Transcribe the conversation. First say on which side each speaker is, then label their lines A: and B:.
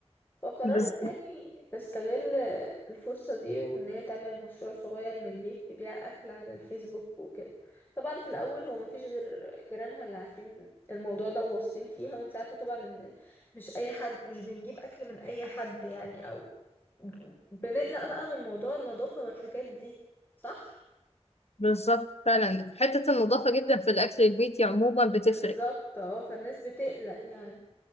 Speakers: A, on the left (about 15°); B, on the left (about 75°).
A: فقررت
B: بز-
A: يعني تستغل الفرصة دي وان هي تعمل مشروع صغير من البيت تبيع اكل على الفيسبوك وكده طبعا في الاول هو ما فيش غير جيرانها اللي عارفين الموضوع ده وواثقين فيها وانت عارفة طبعا ان مش اي حد مش بنجيب اكل من اي حد يعني او بنقلق بقى من موضوع النظافة والحاجات دي صح؟
B: بالظبط فعلا حتة النظافة جدا في الأكل البيتي عموما
A: بالظبط
B: بتفرق
A: اه فالناس بتقلق يعني